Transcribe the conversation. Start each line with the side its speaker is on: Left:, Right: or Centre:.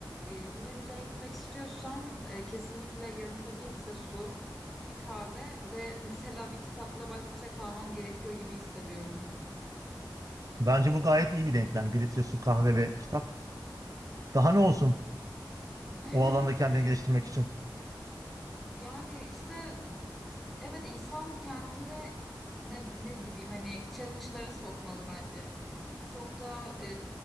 Centre: e, bunların üzerine gitmek istiyorsam e, kesinlikle yanımda bir litre su, bir kahve ve <laughs> mesela bir kitapla baş başa kalmam gerekiyor gibi hissediyorum.
Right: Bence bu gayet iyi bir denklem. Bir litre su, kahve ve kitap. Daha ne olsun
Centre: <laughs>
Right: o alanda kendini geliştirmek için.
Centre: Yani işte evet insan kendini ne, ne bileyim hani challenge'lara sokmalı bence. Çok da e,